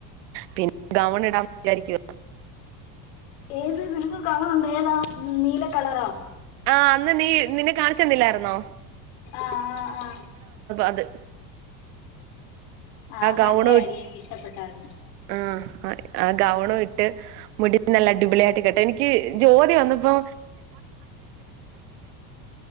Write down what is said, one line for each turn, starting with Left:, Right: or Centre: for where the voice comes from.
Right: പിന്നെ ഗവൺ ഇടാ വിചാരിക്കുവ
Left: ഏത് വി കണറുണ്ട് ഏതാ നീല കളറാ
Right: ആ അന്ന് നീ നിന്നെ കാണിച്ചന്നില്ലായിരുന്നോ
Left: ആആആ
Right: അത്
Left: ആ നല്ല
Right: ഗൗണും
Left: അടി
Right: ഇട്ട്
Left: എനിക്ക്ഇഷ്ടപ്പെട്ടാറരുന്നു
Right: ആ ആ ഗൗണും ഇട്ട് മുടി നല്ല അടിപൊളിയായിട്ട് കേട്ടെ എനിക്ക് ജോതിവന്നപ്പോ